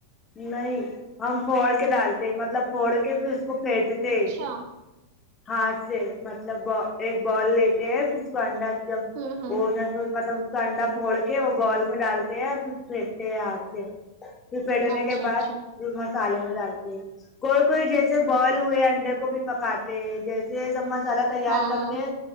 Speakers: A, on the left; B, on the right.
A: نہیں ہم پھوڑ کے ڈالتے مطلب پھوڑ کے پھر اس کو پھیکتے
B: اچھا
A: ہے ہاتھ سے مطلب ایک بال لیتے ہیں پھر اس کو انڈا جب
B: ہوں ہوں
A: وہ مطلب اس کا انڈا پھوڑ کے وہ بال میں ڈالتے ہیں پھر پھینکتے ہیں ہاتھ سے بیٹنے
B: اچھا
A: کے بعد
B: اچھا
A: مسالے میں ڈالتے ہے کوئی کوئی جیسے بوائل ہوئے انڈے کو بھی پکاتے جیسے سب مسالہ تیار
B: ہاں
A: کرتے